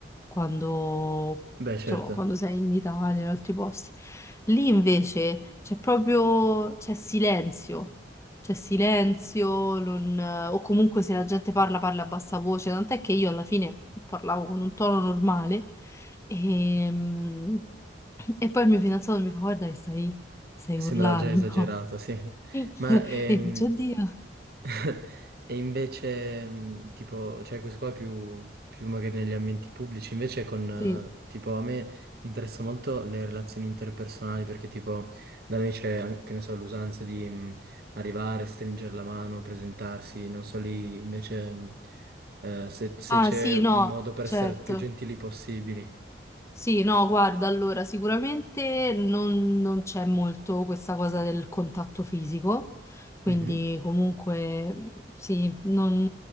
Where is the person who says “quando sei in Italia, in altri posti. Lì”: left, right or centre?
Left